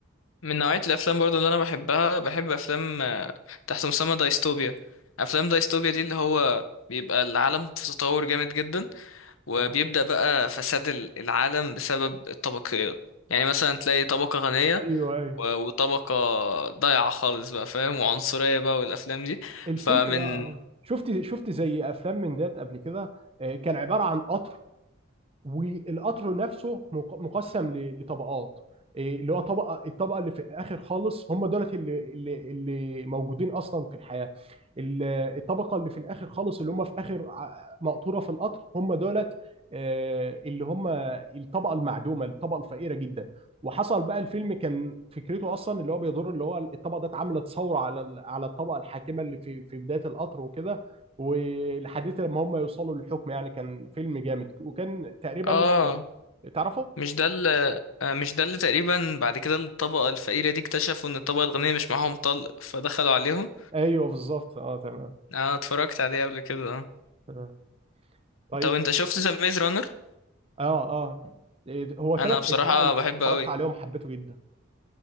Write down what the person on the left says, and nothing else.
من نوعية الافلام برضو اللي انا بحبها بحب افلام آه، تحت مسمى دايستوبيا افلام دايستوبيا دي اللي هو بيبقى العالم في تطور جامد جدا وبيبدأ
بقى فساد ال- العالم بسبب الطبقية يعني مثلا تلاقي طبقة غنية
و- وطبقة ضايعة خالص بقى فاهم وعنصرية بقى والأفلام دي
فمن
اه
مش ده ال- آه، مش ده اللي تقريبا بعد كده الطبقة الفقيرة دي اكتشفوا ان الطبقة الغنية مش معاهم طلق فدخلوا عليهم
انا اتفرجت عليه قبل كده اه
طب انت شفت ذا ميز رانر
انا بصراحة
بحبه
قوي